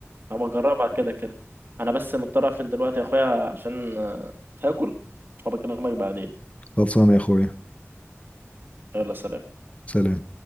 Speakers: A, on the right; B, on the left.
A: هبقى اجربها كده كده انا بس مضطر اقفل دلوقتي يا اخويا عشان آه، هاكل وبكلمك بعدين
B: خلصانه يا اخويا
A: يلا سلام
B: سلام